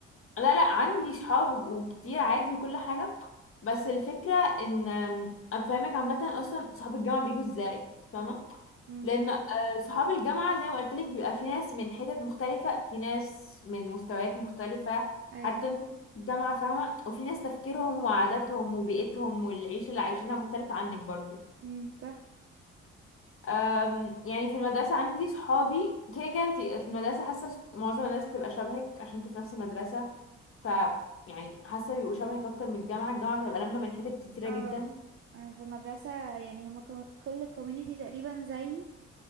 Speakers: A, on the left (about 45°); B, on the right (about 40°).
A: لا لا عندي صحاب وكتير عادي وكل حاجة بس الفكرة ان أم، افهمك عامة اصلا صحاب الجامعة بيجوا ازاي فاهمة
B: امم
A: لان آه، صحاب الجامعة زي ما قلت لك بيبقى في ناس من حتت مختلفة في ناس من مستويات مختلفة
B: ايوه
A: حتى انت في الجامعة فاهمة وفي ناس تفكيرهم وعاداتهم وبيئتهم والعيشة اللي عايشينها مختلفة عنك برضو
B: امم صح
A: أم، يعني في المدرسة عندي صحابي كده كده انت في المدرسة حاسة معظم الناس بتبقى شبهك عشان انتوا في نفس المدرسة ف يعني حاسه بيبقوا شبهك اكتر من الجامعه الجامعه بتبقى لمه من حتت كتيره
B: اه
A: جدا
B: أنا في المدرسة يعني هما كو- كل كوميونيتي تقريبا زي